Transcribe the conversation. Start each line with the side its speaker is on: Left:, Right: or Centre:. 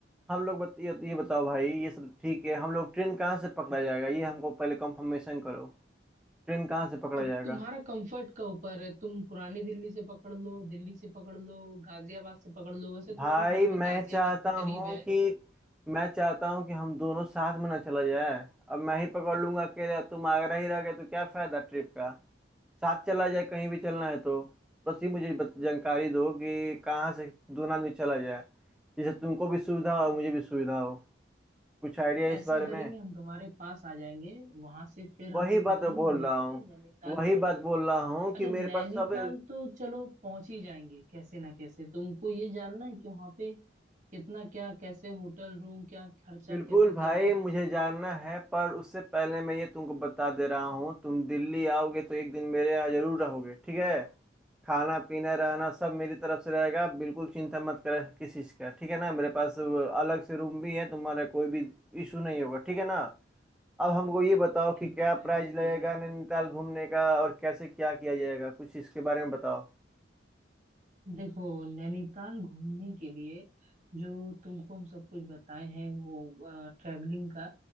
Centre: हम लोग बत, ये, ये बताओ भाई ये सब ठीक है हम लोग ट्रेन कहाँ से पकड़ा जाएगा ये हमको पहले कंफर्मेशन करो ट्रेन कहाँ से पकड़ा
Right: अब
Centre: जाएगा
Right: तुम्हारा कंफर्ट का ऊपर है तुम पुरानी दिल्ली से पकड़ लो दिल्ली से पकड़ लो गाजियाबाद से पकड़ लो वैसे
Centre: भाई
Right: तुम्हारा घर
Centre: मैं
Right: तो गाजियाबाद
Centre: चाहता
Right: के
Centre: हूँ
Right: करीब है
Centre: कि मैं चाहता हूँ कि हम दोनों साथ में ना चला जाए अब मैं ही पकड़ लूंगा अकेले तुम आगरा ही रह गए तो क्या फायदा ट्रिप का साथ चला जाए कहीं भी चलना है तो बस ये मुझे बत- जानकारी दो कि कहाँ से दोनों आदमी चला जाए जिससे तुमको भी सुविधा हो मुझे भी सुविधा हो कुछ आइडिया है
Right: ऐसा
Centre: इस बारे
Right: करेंगे
Centre: में
Right: हम तुम्हारे पास आ जाएंगे वहां से फिर
Centre: वही
Right: हम
Centre: बात
Right: तुम
Centre: मैं बोल
Right: मिलके
Centre: रहा हूँ
Right: नैनीताल
Centre: वही
Right: जाएंगे
Centre: बात बोल रहा हूँ कि
Right: अच्छा नैनीताल
Centre: मेरे पास सब
Right: तो चलो पहुंच ही जाएंगे कैसे ना कैसे तुमको ये जानना है कि वहां पे कितना क्या कैसे होटल रूम क्या खर्चा
Centre: बिल्कुल
Right: कैसे
Centre: भाई
Right: क्या होगा
Centre: मुझे जानना है पर उससे पहले मैं ये तुमको बता दे रहा हूँ तुम दिल्ली आओगे तो एक दिन मेरे यहाँ जरूर रहोगे ठीक है खाना पीना रहना सब मेरी तरफ से रहेगा बिल्कुल चिंता मत करो किस चीज़ का ठीक है ना मेरे पास अलग से रूम भी है तुम्हारा कोई भी इशू नहीं होगा ठीक है ना अब हमको ये बताओ
Right: बिल्कुल
Centre: कि क्या
Right: भाई
Centre: प्राइस
Right: बिल्कुल
Centre: लगेगा
Right: बिल्कुल
Centre: नैनीताल घूमने का और कैसे क्या किया जाएगा कुछ इसके बारे में बताओ
Right: देखो नैनीताल घूमने के लिए जो तुमको हम सब कुछ बताए हैं वो ट्रैवलिंग का